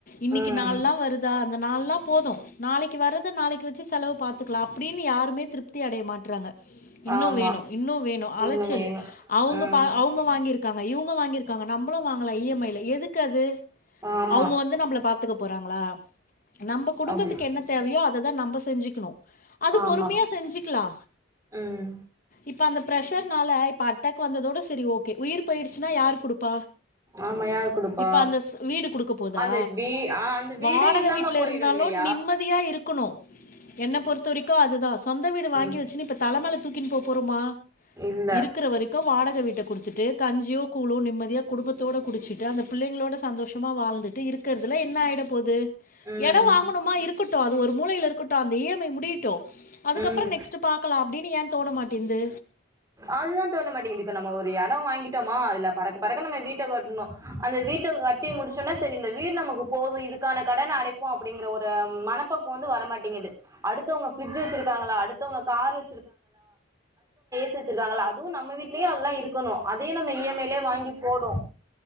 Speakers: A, on the left; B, on the right.
A: இன்னைக்கு
B: உம்
A: நாளா வருதா அந்த நாள்னா போதும் நாளைக்கு வரத நாளைக்கு வச்சு செலவு பாத்துக்கலா அப்டின்னு யாருமே திருப்தி அடைய மாட்றாங்க இன்னு
B: ஆமா
A: வேணு இன்னு வேணு அழச்சலு
B: இன்னும் வேணும்
A: அவங்க
B: உம்
A: பா அவங்க வாங்கியிரு இருக்காங்க இவுங்க வாங்கியிருக்காங்க நம்மளு வாங்கலா இ எம் ஐல எதுக்கு அது
B: ஆமா
A: அவ்ங்க வந்து நம்மள பாத்துகோப் போறாங்களா நம்போ குடும்பத்
B: அப்படி
A: தேவையோ அத தா நம்பஷ் செஞ்சிக்கினு அது
B: ஆமா
A: பொறுமையா செஞ்சிக்கிலா
B: உம்
A: இப்ப அந்த பிரஷர்னால இப்ப அட்டாக் வந்ததோட செரி ஓகே உயிர் போயிச்சின்னா யாரு குடுப்பா
B: ஆமா யார் குடுப்பா
A: இப்ப அந்த ஸ் வீடு குடுக்க போதா
B: அந்த வீ ஆ அந்த வீடு
A: வாடக
B: இல்லாம
A: வீட்ல
B: போயிடு
A: இருந்தாலு
B: இல்லைய
A: நிம்மதியா இருக்குணு என்ன பொறுத்த வரைக்கு அதுதா சொந்த வீடு வாங்கி
B: உம்
A: வச்சின்னு இப்ப தலமேல தூக்கின் போபோறோமா
B: இல்ல
A: இருக்குற வரைக்கும் வாடக வீடு குடுத் து கஞ்சியோ கூழோ நிம்மதியா குடும்பத்தோடு குடிச்சிட்டு அந்த பிள்ளைங்களோட சந்தோஷமா வாழ்ந்துட்டு இருக்கறதுல என்ன ஆயிட போது
B: உம்
A: எட வாங் இருக்கட்டு அது ஒரு மூலையில இருக்கட்டு அந்த இ எம் ஐ முடியி டு அதுக்கப்றோ
B: உம்
A: நெக்ஸ்ட்டு பாக்லா அப்டின்னு ஏ தோன மாட்டேது
B: அதுதா தோனமாட்டேங்து இப்ப நம்ப ஒரு எடோ வாங்கிட்டோமா அதுல பறக்க பறக்க நம்ப வீட்ட கட்டணு அந்த வீட்ட கட்டி முடிச்சோனே செரி இந்த வீடு நமக்கு போது இதுக்கான கடன் அடைப்போ அப்டிங்கற ஒரு மனப்பக்குவோ வந்து வரமாட்டேங்கிது ம்ச் அடுத்தவங்க பிரிட்ஜு வச்ருக்காங்களா அடுதவங்க கார் த்து வச்ருக்காங்கள அதுவு நம்ப வீட்லயே அதெல்லா இருக்கணு அதயே நம்ப இ எம் ஐ லேயே வாங்கி போடு